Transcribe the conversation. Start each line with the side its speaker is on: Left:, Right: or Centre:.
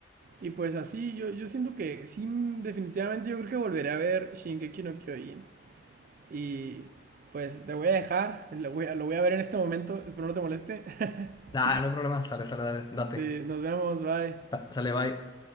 Right: Y pues así, yo, yo siento que sí, mm, definitivamente yo creo que volveré a ver Shingeki no Kyojin. Y pues te voy a dejar, lo voy, lo voy a ver en este momento, espero no te moleste. <laughs>
Left: Ah, no hay problema. Sale, sale, dale, date.
Right: Sí, nos vemos, bye.
Left: Sa- sale, bye.